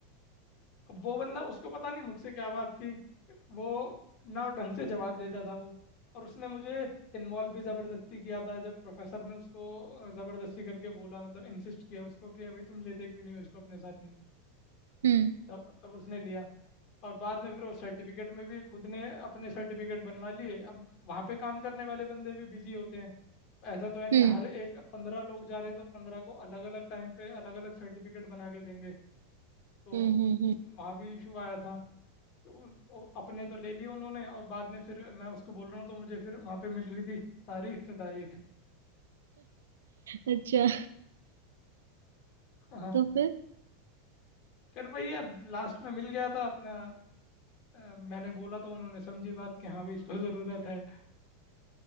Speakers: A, on the left (about 50°); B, on the right (about 85°).
A: अब वो बंदा उसको पता नहीं मुझसे क्या बात थी वो ना ढंग से जवाब देता था वो और उसने मुझे इन्वॉल्व भी ज़बरदस्ती किया था जब प्रोफेसर ने उसको ज़बरदस्ती करके बोला मतलब इंसिस्ट किया उसको कि भाई तुम लेते क्यों नहीं हो इसको अपने साथ में
B: हम्म
A: तब तब उसने लिया और बाद में फिर वो सर्टिफिकेट में भी खुद ने अपने सर्टिफिकेट बनवा लिए अब वहाँ पे काम करने वाले बंदे भी बिजी होते हैं ऐसा तो है नहीं
B: हम्म
A: हर एक पंद्रह लोग जा रहे हैं तो पंद्रह को अलग अलग टाइम पे अलग अलग सर्टिफिकेट बना के देंगे तो
B: हम्म हम्म हम्म
A: वहाँ भी इशू आया था तो उ- उ- अपने तो ले लिए उन्होंने और बाद में फिर मैं उसको बोल रहा हूँ तो मुझे फिर वहाँ पे मिल रही थी तारीख पे तारीख
B: अच्छा
A: हाँ
B: तो फिर
A: फिर वही अब लास्ट में मिल गया था अपना अ, मैंने बोला तो उन्होंने समझी बात कि हाँ भाई इसको ज़रूरत है